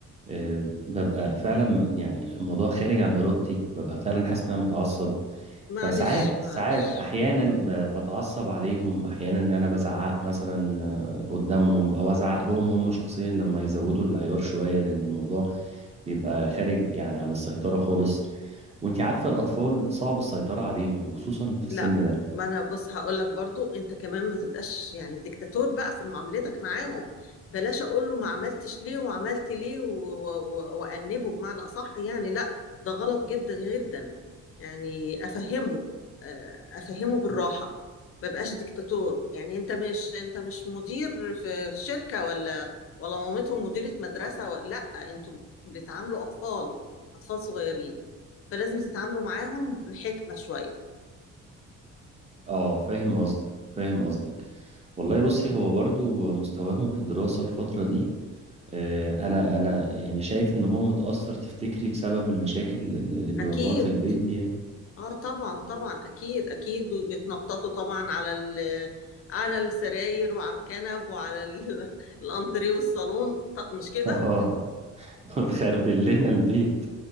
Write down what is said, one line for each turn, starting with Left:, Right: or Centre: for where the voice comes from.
Right: آه، ببقى فعلا يعني الموضوع خارج عن ارادتي ببقى فعلا حاسس ان انا متعصب
Left: معلش
Right: فساعات
Left: معلش
Right: ساعات احيانا
Left: امم
Right: ب- بتعصب عليهم احيانا ان انا بزعق مثلا آه، قدامهم او ازعق لهم هم شخصيا لما يزودوا العيار شويه لان الموضوع بيبقى خارج يعني عن السيطرة خالص وانت عارفة الأطفال صعب السيطرة عليهم وخصوصا في السن
Left: لا
Right: ده
Left: ما انا بص هقول لك برضو انت كمان ما تبقاش يعني ديكتاتور بقى في معاملتك معاهم بلاش اقول له ما عملتش ليه وعملت ليه و- و- و- وانبه بمعنى اصح يعني لا ده غلط جدا جدا يعني افهمه آه، افهمه بالراحة ما بقاش ديكتاتور يعني انت مش انت مش مدير في في شركة ولا ولا مامتهم مديرة مدرسة و- لا انتوا بتعاملوا اطفال اطفال صغيرين فلازم تتعاملوا معاهم بحكمة شوية
Right: اه فاهم قصدك فاهم قصدك والله بصي هو برضو مستواهم في الدراسة الفترة دي آه، انا انا يعني شايف ان هو متأثر تفتكري بسبب المشاكل اللي بيواجهوها
Left: أكيد
Right: في البيت دي يعني
Left: آه طبعا طبعا أكيد أكيد وبيتنططوا طبعا على ال على السراير وعلى الكنب وعلى ال- <laughs> الأنتريه والصالون ط- مش كده؟
Right: <laughs> اه دول خربين لنا البيت